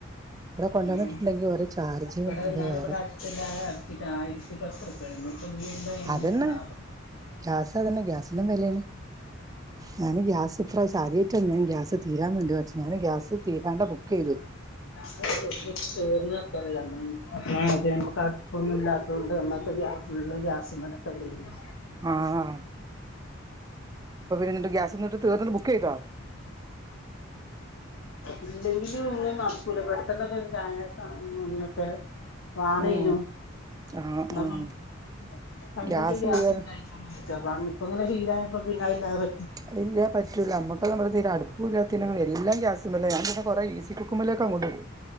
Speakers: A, on the right; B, on the left.
A: ഇവിടെ കൊണ്ടുവന്നിട്ടുണ്ടെങ്കി
B: ആഹ്
A: ഓരോ ചാർജും
B: ഇവിടെന്നാള്
A: അത് വേറെ
B: ഇവ്ടെ അടുത്ത്ണ്ടാ അറ്ക്കീട്ട് ആയിരത്തി പത്ത് റു തേങ്ങൊ ഇപ്പഞ്ഞ് വര്മ്പൊ എങ്ങനേണാവോ
A: അതന്നെ ഗ്യാസ് അതന്നെ ഗ്യാസിനും വെലേണ് ഞാന് ഗ്യാസ് ഇപ്രാവശ്യം ആദ്യായിട്ട ഞാൻ ഗ്യാസ് തീരാൻ വേണ്ടി <unintelligible> ഞാന് ഗ്യാസ് തീരാണ്ട ബുക്ക് ചെയ്തു
B: ഞാൻ <unintelligible> തീർന്ന് <unintelligible> <unintelligible> അ അതെ നമ്മക്ക് അടുപ്പൊന്നും ഇല്ലാത്തോണ്ട് നമ്മക്ക് ഗ്യാസ് ഫുള് ഗ്യാസ്മലൊക്കലെയ്നോ
A: ആഹ്
B: <unintelligible> <unintelligible>
A: എന്നിട്ട് ഗ്യാസ് എന്നിട്ട് തീർന്നിട്ട് ബുക്ക് ചെയ്തോ
B: ഇല്ലെങ്കില് ഒന്നും നടക്കൂല പെട്ടന്നൊക്കെ <unintelligible> ഒക്കെ വാണേനു
A: ഉം ആഹ്
B: <unintelligible>
A: ആഹ്
B: പണ്ടൊക്കെ
A: ഗ്യാസ്
B: ഗ്യാസ്ണ്ടായി
A: കേർ
B: <unintelligible> ഇപ്പ എങ്ങനെ ചെയ്യും. <unintelligible> പിന്ന ഇല്ലാതെ.
A: അത് ഇല്ലേ പറ്റൂല നമ്മക്ക് നമ്മുടെ തീര അടുപ് <unintelligible> എല്ലാം ഗ്യാസ് മേലാ ഞാൻ പിന്നെ കൊറെ ഈസി കുക്കുമേലേക്കങ്ങോട്ടിടും.